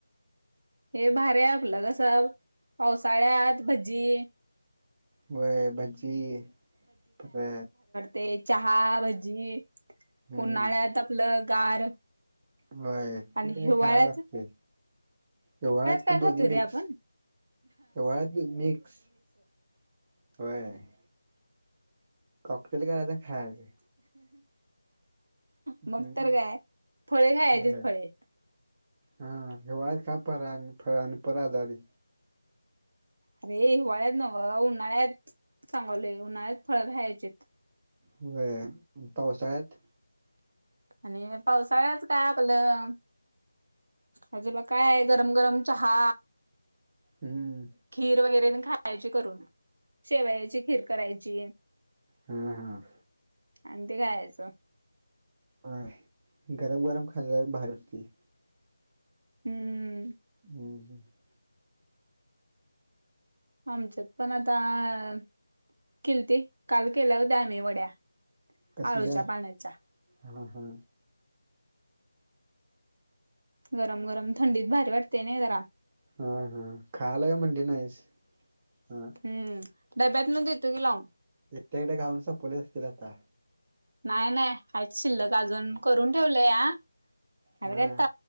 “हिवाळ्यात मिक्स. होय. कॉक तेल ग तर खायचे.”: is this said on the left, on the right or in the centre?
Right